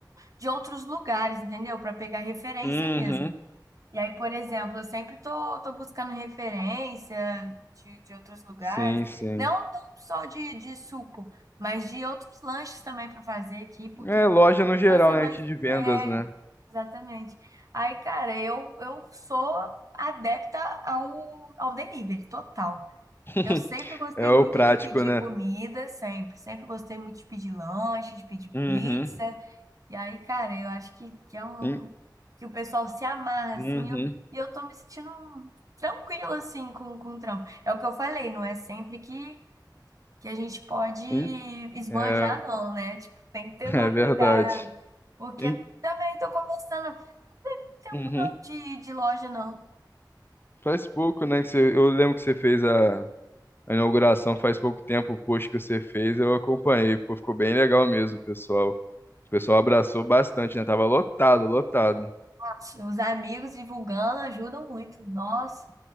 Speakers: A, on the right; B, on the left.
A: de outros lugares, entendeu? Para pegar referência
B: Uhum.
A: mesmo. E aí, por exemplo, eu sempre tô, tô buscando referência de, de outros lugares,
B: Sim, sim.
A: não tão só de, de suco, mas de outros lanches também para fazer aqui, porque
B: É loja no geral,
A: vai ser
B: né?
A: mais.
B: Aqui de vendas,
A: É,
B: né?
A: exatamente. Aí, cara, eu, eu sou adepta ao, ao delivery, total.
B: <laughs>
A: Eu sempre gostei
B: É o
A: muito
B: prático,
A: de pedir
B: né?
A: comida, sempre. Sempre gostei muito de pedir lanche, de pedir
B: Uhum.
A: pizza. E aí, cara, eu acho que, que é um
B: Em-
A: que o pessoal se amarra,
B: Uhum.
A: assim, eu, e eu tô me sentindo tranquila, assim, com, com o trampo. É o que eu falei, não é sempre que, que a gente pode
B: em-
A: esbanjar,
B: É,
A: não, né? Tipo, tem que
B: <laughs>
A: tomar
B: é verdade.
A: cuidado, porque
B: Em-
A: também tô começando, não tem
B: Uhum.
A: um não de, de loja, não.
B: Faz pouco, né? Que você, eu lembro que você fez a, a inauguração faz pouco tempo, o post que você fez, eu acompanhei. Pô, ficou bem legal mesmo, pessoal. O pessoal abraçou bastante, né? Tava lotado, lotado.
A: Nossa, Os amigos divulgando ajudam muito. Nossa,